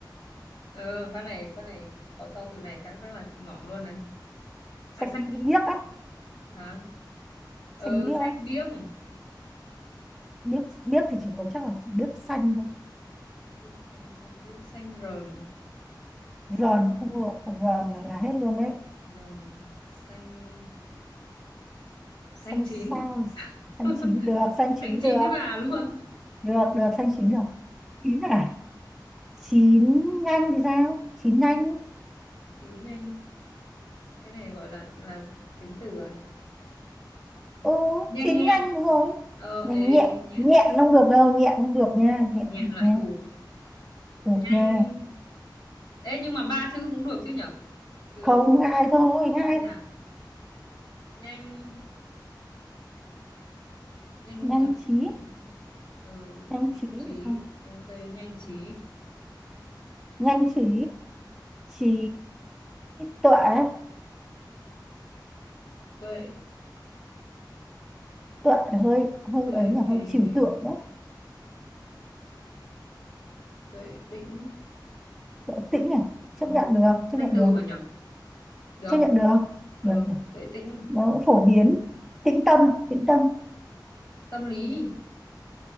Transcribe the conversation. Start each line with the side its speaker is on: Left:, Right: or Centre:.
Left: ờ pha này pha này có cho từ này khá chắc là ngỏm luôn này à
Centre: Xanh
Left: xanh
Centre: biếc á.
Left: hả ờ
Centre: Xanh biếc
Left: xanh
Centre: á.
Left: biếc
Centre: Biếc, biếc thì chỉ có chắc là chỉ biếc xanh thôi.
Left: biếc xanh xanh biếc xanh rờn
Centre: Rờn không được. Rờn này là hết luôn đấy.
Left: rờn xanh xanh
Centre: Xanh
Left: chín
Centre: sao? Xanh
Left: <laughs>
Centre: chín được. Xanh
Left: đánh
Centre: chín
Left: chín
Centre: được.
Left: với bà luôn
Centre: Được, được. Xanh chín được. Chín à? Chín nhanh thì sao? Chín nhanh.
Left: chín nhanh cái này gọi là là tính từ à
Centre: ừ
Left: nhanh
Centre: chín
Left: nhẹn
Centre: nhanh đúng rồi
Left: ờ
Centre: nhanh
Left: ê
Centre: nhẹn
Left: nhanh nhẹn
Centre: nhẹn không được đâu nhẹn không được nha nhẹn
Left: nhẹn lại
Centre: nha
Left: cụt
Centre: được
Left: nhanh
Centre: nha
Left: ê nhưng mà ba chữ cũng được chứ nhở từ
Centre: không hai thôi hai
Left: ai là
Centre: thôi.
Left: nhanh nhanh
Centre: nhanh
Left: nhở
Centre: trí
Left: trí ừ
Centre: nhanh
Left: nhanh
Centre: trí
Left: trí
Centre: là sao
Left: ok nhanh trí
Centre: nhanh trí trí tuệ
Left: tuệ
Centre: tuệ là hơi hơi
Left: tuệ
Centre: ấy nhỉ
Left: ừ,
Centre: hơi trừu tượng đó
Left: tuệ tĩnh
Centre: tuệ tĩnh nhỉ chấp
Left: ừ
Centre: nhận được chấp
Left: danh
Centre: nhận
Left: từ
Centre: được
Left: mà nhở được
Centre: chấp nhận
Left: không?
Centre: được
Left: ừ
Centre: được này
Left: tuệ tĩnh
Centre: nó cũng phổ biến tĩnh tâm tĩnh tâm
Left: tâm lý